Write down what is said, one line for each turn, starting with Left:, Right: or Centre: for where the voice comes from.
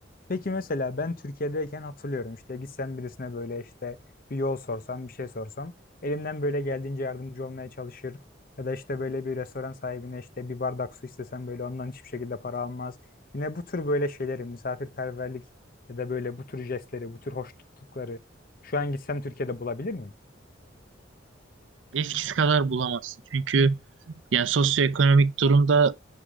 Left: Peki mesela ben Türkiye'deyken hatırlıyorum işte gitsem birisine böyle işte bir yol sorsam bir şey sorsam elimden böyle geldiğince yardımcı olmaya çalışır. Ya da işte böyle bir restoran sahibine işte bir bardak su istesem böyle ondan hiçbir şekilde para almaz. Yine bu tür böyle şeyleri misafirperverlik ya da böyle bu tür jestleri bu tür hoş tuttukları şu an gitsem Türkiye'de bulabilir miyim?
Right: Eskisi kadar bulamazsın. Çünkü yani sosyoekonomik durumda